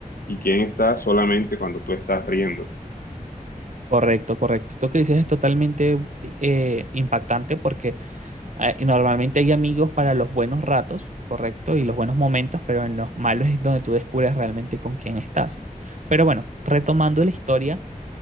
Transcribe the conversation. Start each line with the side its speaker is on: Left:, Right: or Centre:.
Left: y quién está solamente cuando tú estás riendo.
Right: Correcto, correcto. Esto que dices es totalmente eh, impactante porque eh, normalmente hay amigos para los buenos ratos, correcto, y los buenos momentos, pero en los malos es donde tú descubres realmente con quién estás. Pero bueno, retomando la historia,